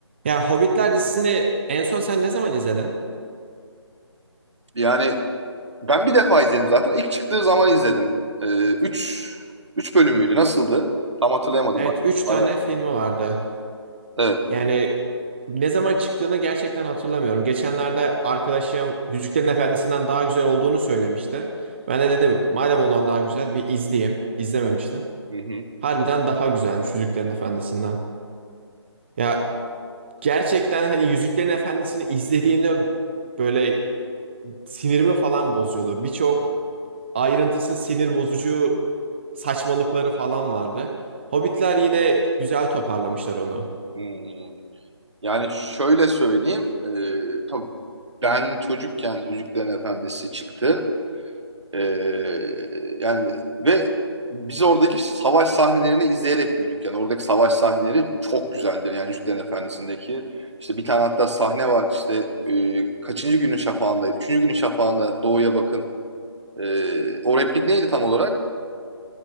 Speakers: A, on the right; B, on the right.
A: Ya Hobbitler dizisini en son sen ne zaman izledin?
B: Yani ben bir defa izledim zaten. İlk çıktığı zaman izledim. Ee, üç, üç bölüm müydü? Nasıldı? Tam hatırlayamadım
A: Evet,
B: bak.
A: 3 tane
B: Bayağı.
A: filmi vardı.
B: Evet.
A: Yani ne zaman çıktığını gerçekten hatırlamıyorum. Geçenlerde arkadaşım Yüzüklerin Efendisi'nden daha güzel olduğunu söylemişti. Ben de dedim madem ondan daha güzel bir izleyeyim. İzlememiştim.
B: Hı hı.
A: Harbiden daha güzelmiş Yüzüklerin Efendisi'nden. Ya gerçekten hani Yüzüklerin Efendisi'ni izlediğimde böyle sinirimi falan bozuyordu. Birçok ayrıntısı sinir bozucu saçmalıkları falan vardı. Hobbitler yine güzel toparlamışlar onu.
B: Hmm. Yani şöyle söyleyeyim. Ee, tabii ben çocukken Yüzüklerin Efendisi çıktı. Ee, yani ve biz oradaki savaş sahnelerini izleyerek büyüdük. Yani oradaki savaş sahneleri çok güzeldir. Yani Yüzüklerin Efendisi'ndeki işte bir tane hatta sahne var. İşte e, kaçıncı günün şafağında? Üçüncü günün şafağında doğuya bakın. Ee, o replik neydi tam olarak?